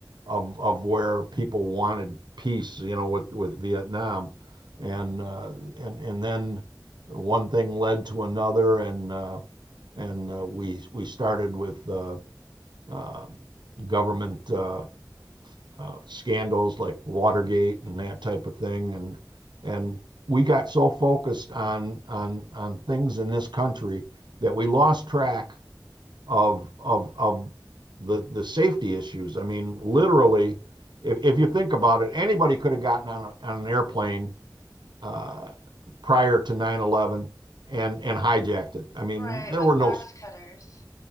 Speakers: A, on the right; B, on the left.
A: of of where people wanted peace, you know, with with Vietnam, and uh, and and then one thing led to another, and uh, and uh, we we started with uh, uh, government uh, uh, scandals like Watergate and that type of thing, and and we got so focused on on on things in this country that we lost track of of of the the safety issues. I mean, literally, if, if you think about it, anybody could have gotten on, a, on an airplane uh, prior to nine eleven and and hijacked it. I mean,
B: Right,
A: there
B: with
A: were no
B: box cutters.